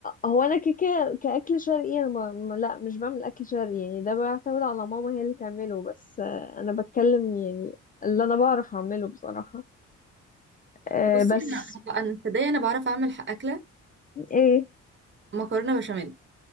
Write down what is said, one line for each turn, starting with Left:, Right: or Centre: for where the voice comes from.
Left: هو أنا كيكة كأكل شرقي أنا ما ما- لا مش بعمل أكل شرقي يعني ده بيعتمد على ماما هي اللي تعمله بس آه أنا بتكلم يعني اللي أنا بعرف أعمله بصراحة آه
Right: بصي
Left: بس
Right: انا انا أنا- تصدقي انا بعرف اعمل ح- اكله
Left: إيه
Right: مكرونه بشاميل